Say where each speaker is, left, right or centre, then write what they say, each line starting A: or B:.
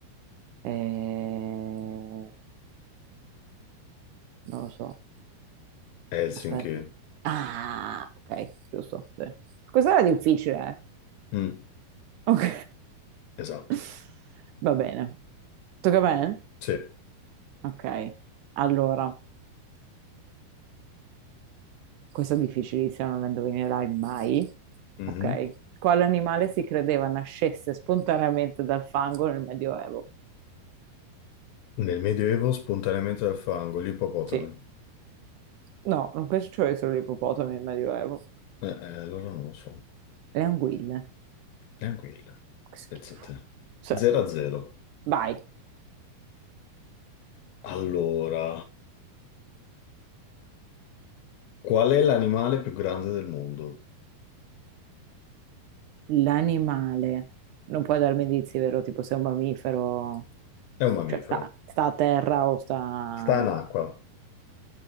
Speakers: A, on the right; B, on the left.
A: eh, Non lo so.
B: Helsinki.
A: Aspetta. Ah, ok, giusto. Sì. Questa era difficile, eh.
B: Mm,
A: Ok.
B: esatto.
A: <laughs> Va bene. Tocca a me?
B: Sì.
A: Ok, allora, questo è difficilissimo, non lo indovinerai mai.
B: Mhm.
A: Ok, quale animale si credeva nascesse spontaneamente dal fango nel Medioevo?
B: Nel Medioevo spontaneamente dal fango, gli ippopotami.
A: Sì, no, non penso ci fossero solo gli ippopotami nel Medioevo.
B: Eh, eh, allora non lo so,
A: Le anguille,
B: neanche il.
A: che schifo.
B: Pensa a te.
A: Cioè,
B: 0 a 0.
A: vai,
B: Allora, qual è l'animale più grande del mondo?
A: l'animale. Non puoi darmi indizi, vero? Tipo se è un mammifero,
B: È un mammifero.
A: cioè sta, sta a terra o sta...
B: Sta in acqua.